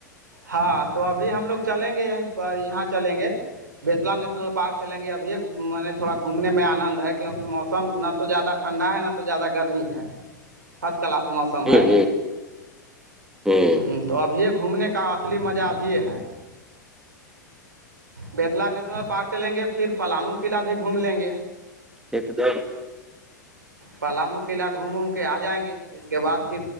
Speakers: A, on the right; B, in the centre.
A: ہاں تو ابھی ہم لوگ چلیں گے یہیں پر یہاں چلیں گے بیتلا نیشنل پارک چلیں گے ابھی میں نے تھوڑا گھومنے میں آنند ہے کیونکہ موسم نہ تو زیادہ ٹھنڈا ہے ن تو زیادہ گرمی ہے فرسٹ کلاس موسم
B: ہ
A: ہے
B: ہ ہ
A: ہوں تو ابھی گھومنے کا اصلی مزہ بھی ہے بیتلا نیشنل پارک چلیں گے پھر پلامو قلعہ بھی گھوم لیں گے
B: ایک دو
A: پلامو قلعہ گھوم ووم کے آ جائیں گے اس کے بعد پھر